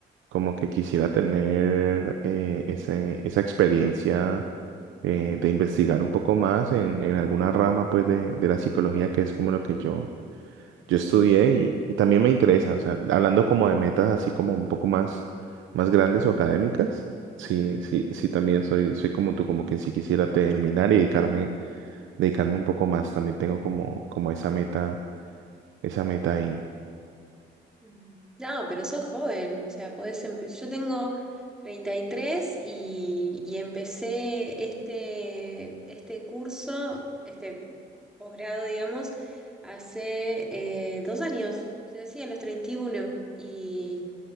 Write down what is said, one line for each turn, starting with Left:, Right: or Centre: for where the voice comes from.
Right: como que quisiera tener eh, ese- esa experiencia eh, de investigar un poco más en, en alguna rama pues de, de la psicología que es como lo que yo, yo estudié y, y también me interesa, o sea, hablando como de metas así como un poco más, más grandes o académicas, sí, sí, sí también soy, soy como tú, como que sí quisiera terminar y dedicarme, dedicarme un poco más, también tengo como, como esa meta, esa meta ahí.
Centre: Mm. No, pero sos joven, o sea, podés empezar. Yo tengo treinta y, tres y y empecé este, este curso, este posgrado, digamos, hace eh, dos años, o sea, sí, a los treinta Y uno y